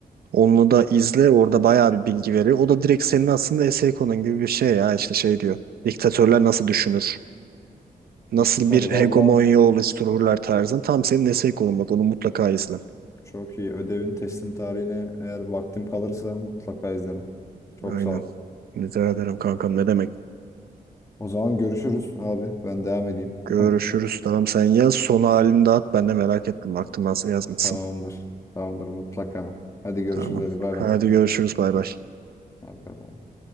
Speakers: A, on the right (about 80°); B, on the left (about 20°).
A: Onu da izle orada bayağı bir bilgi veriyor. O da direkt senin aslında essay konun gibi bir şey ya işte şey diyor. Diktatörler nasıl düşünür? Nasıl
B: o süper.
A: bir
B: Valla
A: hegemonya oluştururlar tarzın. Tam senin essay konun bak onu mutlaka izle.
B: çok iyi. Ödevin teslim tarihine eğer vaktim kalırsa mutlaka izlerim. Çok
A: Aynen.
B: sağ ol.
A: Rica ederim kankam ne demek.
B: O zaman görüşürüz abi. Ben devam edeyim.
A: Görüşürüz.
B: <laughs>
A: Tamam sen yaz. Son halini de at. Ben de merak ettim. Baktım nasıl yazmışsın.
B: Tamamdır. Tamamdır mutlaka. Hadi görüşürüz.
A: Tamam.
B: Hadi bay
A: Hadi
B: bay.
A: görüşürüz. Bay bay.
B: Hadi bay bay.